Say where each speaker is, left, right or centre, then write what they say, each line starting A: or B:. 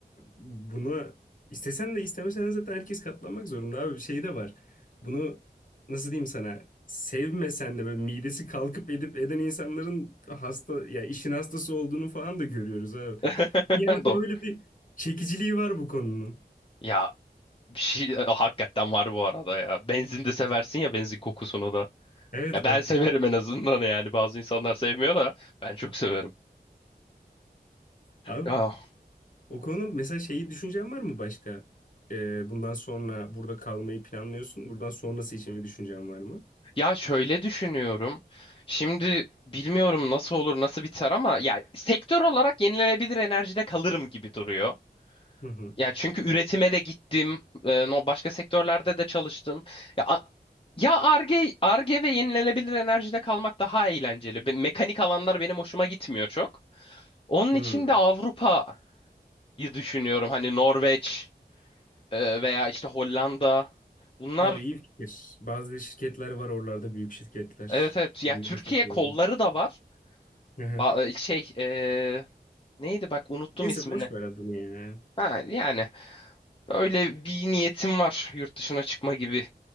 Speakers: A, on the left; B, on the left.
A: buna istesen de istemesen de zaten herkes katlanmak zorunda abi bir şey de var. Bunu nasıl diyeyim sana sevmesen de böyle midesi kalkıp edip eden insanların hasta ya işin hastası olduğunu falan da görüyoruz abi.
B: <laughs>
A: Bir yerde
B: Do.
A: böyle bir çekiciliği var bu konunun.
B: Ya bir şey e, hakikaten var bu arada ya. Benzin de seversin ya benzin kokusunu da.
A: Evet
B: Ya
A: bak
B: ben severim en azından yani. Bazı insanlar sevmiyor da ben çok severim.
A: abi
B: Ya,
A: o konuda mesela şeyi düşüncen var mı başka? E, bundan sonra burada kalmayı planlıyorsun. Buradan sonrası için bir düşüncen var mı?
B: ya şöyle düşünüyorum. Şimdi bilmiyorum nasıl olur nasıl biter ama ya sektör olarak yenilenebilir enerjide kalırım gibi duruyor.
A: Hı hı.
B: Ya çünkü üretime de gittim. e, no başka sektörlerde de çalıştım. Ya a- ya Ar-Ge, Ar-Ge ve yenilenebilir enerjide kalmak daha eğlenceli. Be- Mekanik alanlar benim hoşuma gitmiyor çok. Onun
A: Hı.
B: için de Avrupa'yı düşünüyorum. Hani Norveç e, veya işte Hollanda. Bunlar
A: Abi iyi fikir. Bazı şirketler var oralarda büyük şirketler.
B: evet evet. Ya
A: Bundan
B: Türkiye
A: çok gördüm.
B: kolları da var.
A: Hı hı.
B: Ba- e, şey e, neydi bak unuttum
A: Neyse
B: ismini.
A: boş ver adını ya.
B: Ha, yani öyle bir niyetim var yurt dışına çıkma gibi.